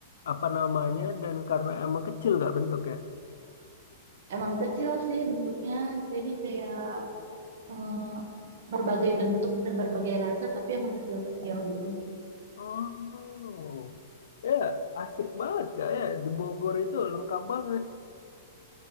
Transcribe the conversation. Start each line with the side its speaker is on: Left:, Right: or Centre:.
Left: apa namanya dan karena emang kecil kak bentuknya.
Right: Emang kecil sih bentuknya, jadi kayak eh, berbagai bentuk dan berbagai rasa, tapi emang kecil-kecil gitu.
Left: Oh, ya asik banget kak ya di Bogor itu lengkap banget.